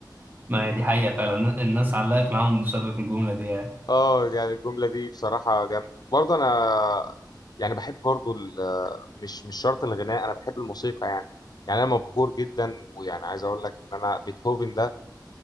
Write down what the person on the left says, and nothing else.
اه يعني الجملة دي بصراحة جامدة برضه انا يعني بحب برضه ال- مش مش شرط الغناء انا بحب الموسيقى يعني يعني انا مبهور جدا ويعني عايز اقول لك ان انا بيتهوفن ده